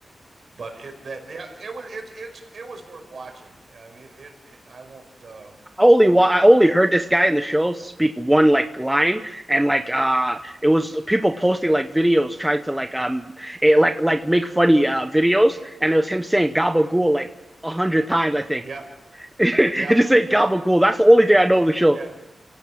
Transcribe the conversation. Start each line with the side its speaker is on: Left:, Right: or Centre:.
Right: but it that the, it was it it's it was worth watching. I mean, it it I won't uh,
Centre: I only wa I
Right: Uh,
Centre: only heard this guy in the show speak one like line and like uh it was people posting like videos trying to like um eh, like like make funny uh videos and it was him saying gabagool like a hundred times I think
Right: yep,
Centre: <laughs> He
Right: yep,
Centre: just saying
Right: yep,
Centre: gabagool that's the only thing I know of the show.
Right: yeah,